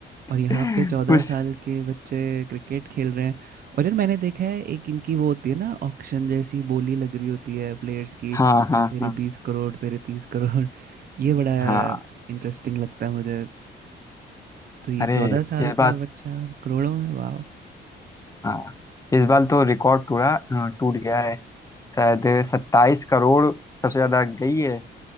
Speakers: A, on the right (about 50°); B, on the left (about 15°).
A: और यहाँ
B: <laughs>
A: पे 14
B: उस
A: साल के बच्चे क्रिकेट खेल रहे हैं और यार मैंने देखा है एक इनकी वो होती है ना ऑक्शन जैसी बोली लग रही होती है प्लेयर्स की कि
B: हाँ हाँ
A: तेरे
B: हाँ
A: 20 करोड़ तेरे 30 करोड़ <laughs> ये बड़ा
B: हाँ
A: इंटरेस्टिंग लगता है मुझे तो ये
B: अरे
A: 14
B: इस
A: साल
B: बार
A: का बच्चा करोड़ों में वाह
B: हाँ इस बार तो रिकॉर्ड टूटा अ, टूट गया है शायद सत्ताईस करोड़ सबसे ज्यादा गई है